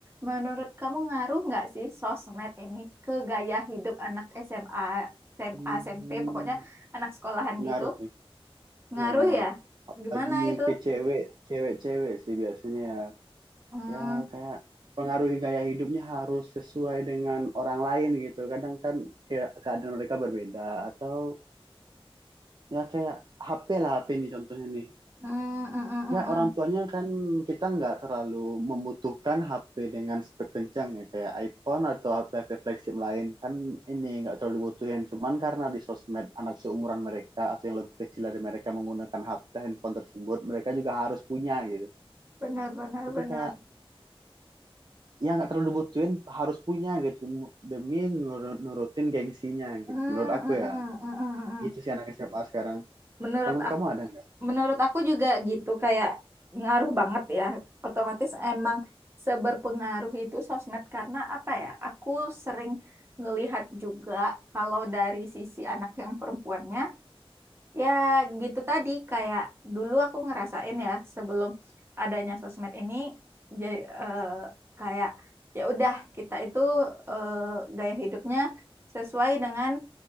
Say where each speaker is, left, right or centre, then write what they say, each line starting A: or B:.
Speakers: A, on the right; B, on the right.
A: Menurut kamu ngaruh nggak sih sosmed ini ke gaya hidup anak SMA, SMA,
B: Hmm,
A: SMP, pokoknya anak sekolahan
B: pengaruh
A: gitu?
B: sih,
A: Ngaruh
B: pengaruh-ngaruh.
A: ya? Gimana
B: Lagi
A: itu?
B: ke cewek, cewek-cewek sih biasanya.
A: Hmm,
B: Ya kayak pengaruhi gaya hidupnya harus sesuai dengan orang lain gitu. Kadang kan kayak keadaan mereka berbeda atau ya kayak HP lah HP nih contohnya nih.
A: hmm, hmm, hmm, hmm,
B: Ya,
A: hmm.
B: orang tuanya kan kita nggak terlalu membutuhkan HP dengan spek kencang ya, kayak iPhone atau HP-HP flagship lain kan ini nggak terlalu dibutuhin. Cuman karena di sosmed anak seumuran mereka atau yang lebih kecil dari mereka menggunakan HP handphone tersebut, mereka juga harus punya gitu.
A: Benar, benar,
B: Jadi
A: benar.
B: kayak ya nggak terlalu dibutuhin harus punya gitu demi nur- nurutin gengsinya
A: Hmm,
B: gitu. Menurut aku
A: hmm, hmm,
B: ya,
A: hmm, hmm, hmm,
B: gitu
A: hmm.
B: sih anak SMA sekarang.
A: Menurut
B: Kalau menurut
A: aku,
B: kamu ada nggak
A: menurut aku juga gitu, kayak ngaruh banget ya. Otomatis emang seberpengaruh itu sosmed karena apa ya? Aku sering ngelihat juga kalau dari sisi anak yang perempuannya Ya gitu tadi kayak dulu aku ngerasain ya sebelum adanya sosmed ini jadi kayak ya udah kita itu eh, gaya hidupnya sesuai dengan